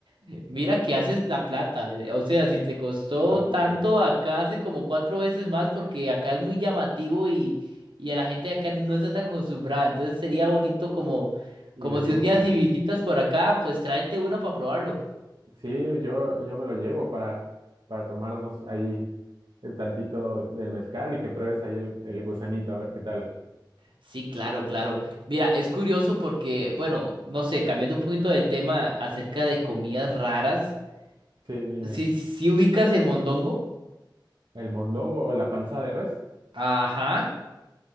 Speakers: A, on the right; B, on the right.
A: eh, mira que haces la plata. eh, O sea, si te costó
B: a poco.
A: tanto, acá hace como cuatro veces más porque acá es muy llamativo y, y a la gente de acá no está tan acostumbrada. Entonces sería bonito como,
B: Y
A: como
B: les
A: si
B: gusta.
A: un día si visitas por acá, pues tráete uno para probarlo.
B: Sí, yo, yo me lo llevo para, para tomarnos ahí el tantito del mezcal y que pruebes ahí el, el gusanito, a ver qué tal.
A: Sí, claro, claro. Mira, es curioso porque, bueno, no sé, cambiando un poquito de tema acerca de comidas raras,
B: Sí, dime,
A: si, si ubicas el mondongo,
B: ¿el mondongo o la panza de res?
A: ajá,